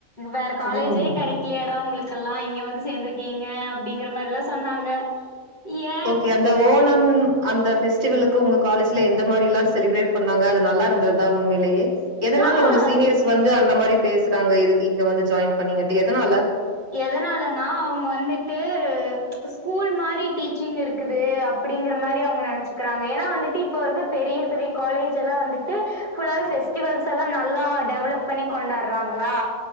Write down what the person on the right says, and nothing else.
ம்.
ஓகே அந்த ஓணம் அந்த ஃபெஸ்டிவலுக்கு உங்க காலேஜ்ல எந்த மாரில்லா செலிபிரேட் பண்ணாங்க அது நல்லாருந்ததா உண்மைலேயே எதனால
உங்க சீனியர்ஸ் வந்து அந் த மாரி பேசறாங்க எதுக்கு இங்க வந்து ஜாயின் பண்ணிங்கன்ட்டு எதனால